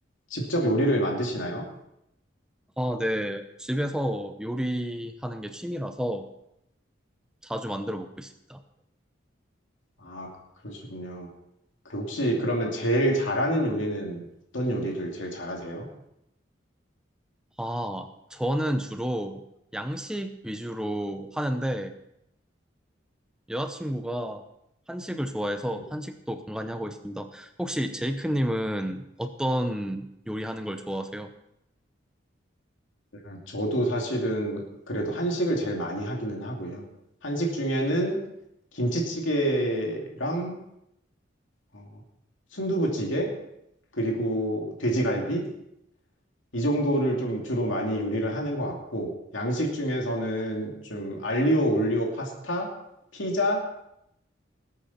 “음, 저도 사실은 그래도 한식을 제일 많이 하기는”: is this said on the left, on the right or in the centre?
Left